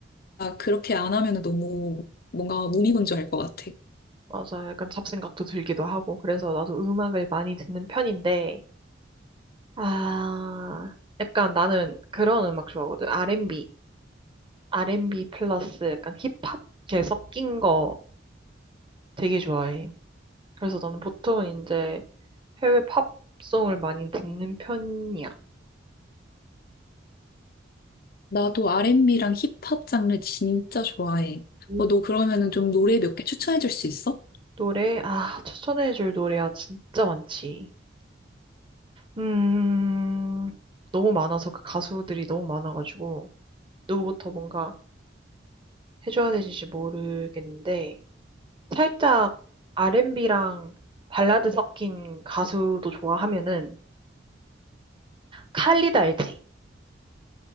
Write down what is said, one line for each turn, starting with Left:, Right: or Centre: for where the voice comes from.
Left: 그렇게 안 하면 너무 뭔가 무미건조할 것 같아.
Right: 맞아. 약간 잡생각도 들기도 하고 그래서 나도 음악을 많이 듣는 편인데 아, 약간 나는 그런 음악 좋아하거든. R&B, R&B 플러스 약간 힙합 이렇게 섞인 거 되게 좋아해. 그래서 나는 보통 이제 해외 팝송을 많이 듣는 편이야.
Left: 나도 R&B랑 힙합 장르 진짜 좋아해.
Right: 음.
Left: 어, 너 그러면은 좀 노래 몇 개 추천해 줄 수 있어?
Right: 노래, 아, 추천해줄 노래야 진짜 많지. 음, 너무 많아서 그 가수들이 너무 많아가지고 누구부터 뭔가 해줘야 되는지 모르겠는데 살짝 R&B랑 발라드 섞인 가수도 좋아하면은 칼리드 알지?